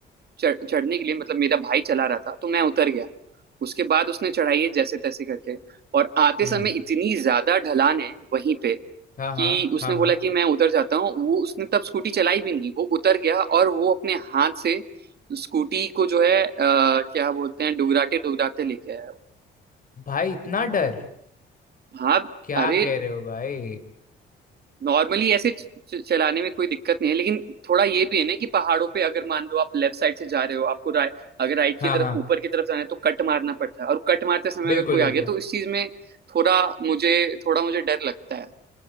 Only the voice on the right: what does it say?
चढ़- चढ़ने के लिए मतलब मेरा भाई चला रहा था तो मैं उतर गया उसके बाद उसने चढ़ाई है जैसे तैसे करके और आते
समय इतनी ज्यादा ढलान है वहीं पे
कि उसने
बोला
कि मैं उतर जाता हूँ वो उसने तब स्कूटी चलाई भी नहीं वो उतर गया और वो अपने हाथ से स्कूटी को जो है अ, क्या बोलते हैं डुगराते डुगराते लेके आया वो।
हाँ
अरे
नॉर्मली ऐसे च- च- चलाने में कोई दिक्कत नहीं है लेकिन थोड़ा ये भी है ना कि पहाड़ों पे अगर मान लो आप लेफ्ट साइड से जा रहे हो आपको रा, अगर राइट
की तरफ
ऊपर की तरफ जाना है तो कट मारना पड़ता है और कट मारते समय अगर
कोई
आ गया तो इस चीज में थोड़ा मुझे थोड़ा मुझे डर लगता है